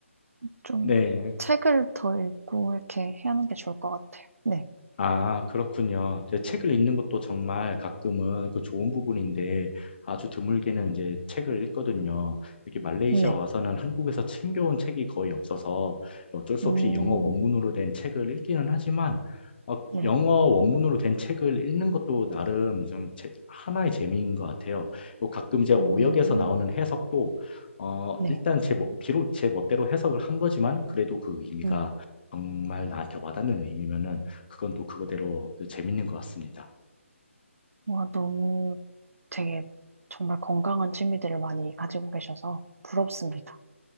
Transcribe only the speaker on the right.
좀
책을 더 읽고 이렇게 해야 하는 게 좋을 것 같아요. 네,
네,
음,
네,
음,
네,
음.
와, 너무 되게 정말 건강한 취미들을 많이 가지고 계셔서 부럽습니다.